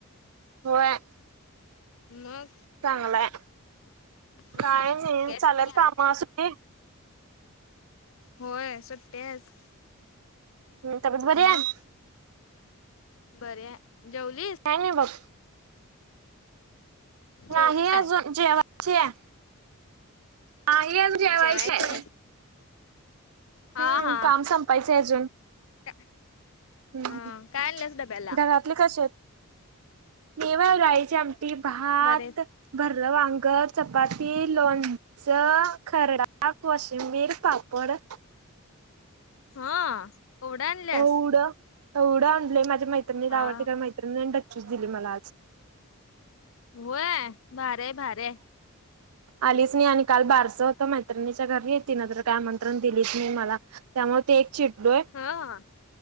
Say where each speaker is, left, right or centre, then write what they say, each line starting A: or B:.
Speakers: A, on the right; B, on the left.
A: होय.
B: मग.
A: चांगलाय
B: हम्म
A: काय
B: सगळ्यासनी
A: नाही चालल्यात
B: घ्यायला
A: काम सुट्टीत
B: होय सुट्याच.
A: तब्येत बरी
B: मग
A: आहे
B: बरी हाय जेवलीस?
A: काय नाई बग.
B: जेवलीस
A: नाही
B: काय
A: अजून जेवायची हाय. नाही आम्ही जवायची
B: जेवायची
A: हाय.
B: आहेस हा
A: हम्म
B: हा
A: काम संपायचाय अजून.
B: का?
A: हम्
B: हा काय आणल्यास डब्याला
A: घरातले कसे हैत मी व्हय डाळीची आम टी भात,
B: बरे
A: भरलं वांग, चपाती, लोणचं, खर्डा. कोशिंबीर, पापड.
B: हां एव्हडं आणल्यास?
A: एवढं एवढं आणलंय माझ्या मैत्रिणीला
B: हा
A: आवडते कारण मैत्रिणींण डक्कीच दिली मला आज.
B: व्हय भारी हाय भारी हाय.
A: आलीच नाही आणि काल बारसं होतं मैत्रिणीच्या घरी तिनं तर काय आमंत्रण दिलीच नाही मला. त्यामुळ ते एक चिडलोय
B: हां